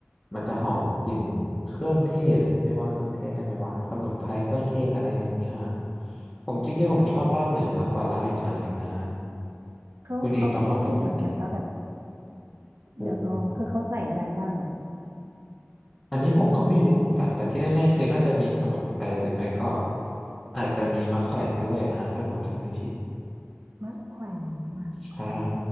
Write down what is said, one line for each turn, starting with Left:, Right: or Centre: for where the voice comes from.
Left: มันจะหอมกลิ่นเครื่องเทศเรียกว่าเครื่องเทศได้ไหมว่าสมุนไพรเครื่องเทศอะไรอย่างเงี้ยผมจริงๆผมชอบลาบเหนือมากกว่าลาบอีสานอีกนะ
Right: เขาเขาเขาปรุงเหมือนกันปะแบบ
Left: คุณหญิงต้องลองไปกินดูนะปรุงเหร
Right: เดี๋ยวลองคือเขาใส่อะไรบ้างเหรอ
Left: ออันนี้ผมก็ไม่รู้เหมือนกันแต่ที่แน่ๆคือน่าจะมีสมุนไพรหรือไม่ก็อาจจะมีมะแขวนด้วยนะถ้าผมจำไม่ผิด
Right: มะแขวนมะแขวน
Left: ใช่